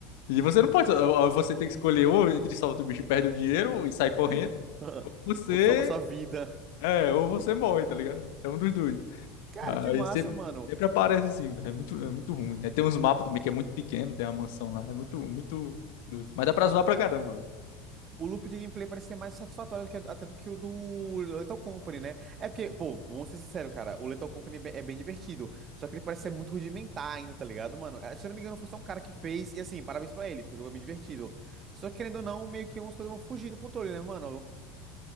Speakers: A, on the left; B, on the right.
A: E você não pode, ou- ou você tem que escolher ou entre solta o bicho e perde o dinheiro, ou- e sai correndo,
B: <laughs> Ah,
A: você
B: Ou salva sua vida.
A: é, ou você morre, tá ligado? É um dos dois.
B: Cara,
A: Aí
B: que massa,
A: sempre,
B: mano.
A: sempre aparece assim, velho. É muito, é muito ruim. Aí tem uns mapas também que é muito pequeno, tem uma mansão lá. É muito, muito doido. Mas dá pra zoar pra caramba, velho.
B: o loop de gameplay parece ser mais satisfatório do que- até do que o do Lethal Company, né? É porque, pô, vamos ser sinceros, cara, o Lethal Company é bem é bem divertido, só que ele parece ser muito rudimentar ainda, tá ligado, mano? Eh, Se eu não me engano, foi só um cara que fez, e assim, parabéns pra ele, porque o jogo é bem divertido. Só que, querendo ou não, meio que algumas coisas vão fugir do controle, né, mano? Algumas